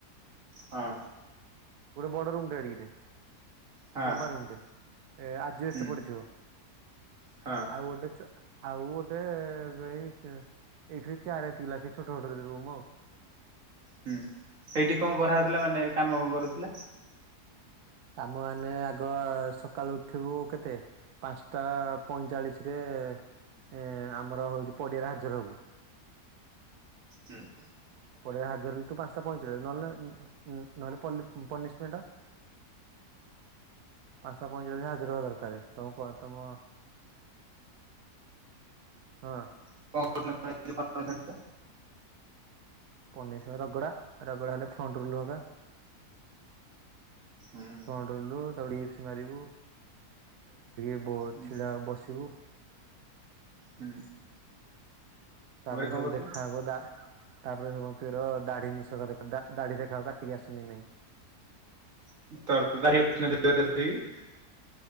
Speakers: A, on the right; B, on the right.
A: ହଁ।
B: ଗୋଟେ ବଡ ରୁମ୍ ଟେ ଏଡିକଟେ
A: ହଁ
B: ଲମ୍ବା
A: ହଁ
B: ରୁମ୍ ଟେ। ଏ ଆଜିଷ୍ଟ
A: ହୁଁ
B: ପଡିଥିବ
A: ହଁ
B: ଆଉ ଗୋଟେ ଆଉ ଗୋଟେ ଏଇ ଏଇଠୁ ଚାର ଦତି ଲକ୍ଷେ ଛୋଟ ଛୋଟ ରୁମ୍ ଆଉ
A: ହୁଁ ସେଇଠି କଣ କରାହେଉଥିଲା ମାନେ କାମ କଣ କରୁଥିଲେ।
B: କାମ ହେଲେ ଆଗ ସକାଳୁ ଉଠିବୁ କେତେ? ପାଞ୍ଚଟା ପଇଁଚାଳିଶ ରେ ଏ ଆମର ହଉଛି ପଡିଆରେ ହାଜର ହବୁ।
A: ହୁଁ।
B: ପଡିିବା ହଜାରରୁ ତୁ ପାଞ୍ଚଟା ପଇଚାଲିଶ ନହେଲେ ନହେଲେ ପନିଶମେଣ୍ଟ। ପାଞ୍ଚଟା ପଇଁଚାଳିସ ହାଜର ହବା ଦରକାର ତମ ତମ ହଁ।
A: <inaudible>
B: ପନେଇ ରଗଡ଼ା ରଗଡ଼ା ହେଲେ ଫ୍ରଣ୍ଟ ରୁଲ ହୋଗା।
A: ହୁଁ।
B: ସ ମାରିବୁ <unintelligible>
A: ହୁଁ
B: ଛିଡା ବସିବୁ।
A: ହୁଁ।
B: ତାପରେ
A: କଣ
B: ସବୁ
A: କହୁଥିଲ
B: ଦେଖା ହବ ଦା ତାପରେ ସମସ୍ତର ଦାଢି ନିଶଖ ଦେଖ ଦା ଦାଢି ଦେଖାଉ କାଟିକି ଆସୁଛନ୍ତି କି ନାଇଁ।
A: <unintelligible>